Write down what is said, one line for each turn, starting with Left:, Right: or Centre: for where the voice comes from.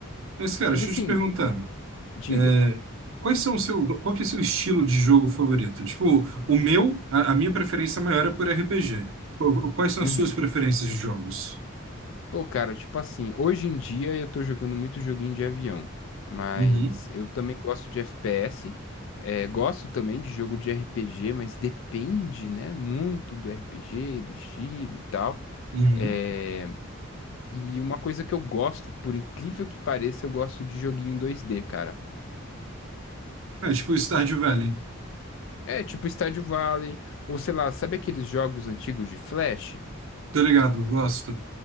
Right: Mas, cara,
Left: Mas
Right: deixa
Left: assim,
Right: eu te perguntar.
Left: diga.
Right: é, quais são o seu, qual que é o seu estilo de jogo favorito? Tipo, o meu, a, a minha preferência maior é por RPG. Qu- Quais são
Left: Uhum.
Right: as suas preferências de jogos?
Left: Pô, cara, tipo assim, hoje em dia eu tô jogando muito joguinho de avião, mas
Right: Uhum,
Left: eu também gosto de FPS, eh, gosto também de jogo de RPG, mas depende, né, muito do RPG, do estilo e tal.
Right: uhum,
Left: Eh, e uma coisa que eu gosto, por incrível que pareça, eu gosto de joguinho 2D, cara.
Right: É, tipo, Stardew Valley.
Left: É, tipo Stardew Valley, ou sei lá, sabe aqueles jogos antigos de Flash?
Right: Tô ligado, gosto.